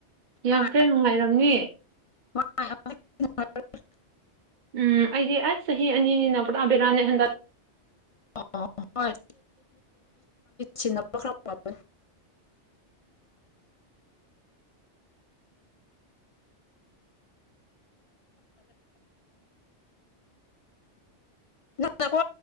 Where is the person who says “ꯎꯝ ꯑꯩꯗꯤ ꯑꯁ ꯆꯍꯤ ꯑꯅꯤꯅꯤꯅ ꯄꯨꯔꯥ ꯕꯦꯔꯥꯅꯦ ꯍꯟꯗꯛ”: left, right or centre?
Right